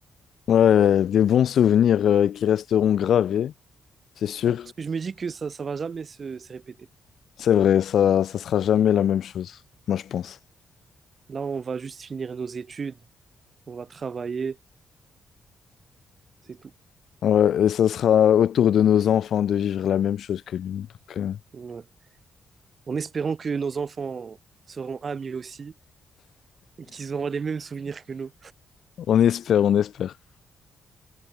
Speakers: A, on the left; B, on the right.
A: Ouais, ouais, des bons souvenirs euh, qui resteront gravés, c'est sûr.
B: Ah, Parce que je me dis que ça, ça va jamais se, se répéter.
A: C'est vrai, ça, ça sera jamais la même chose, moi je pense.
B: Là, on va juste finir nos études, on va travailler, c'est tout.
A: Ouais, et ça sera autour de nos enfants de vivre la même chose que nous. Donc, euh,
B: Ouais. En espérant que nos enfants seront amis aussi et qu'ils auront les mêmes souvenirs que nous.
A: on espère, on espère.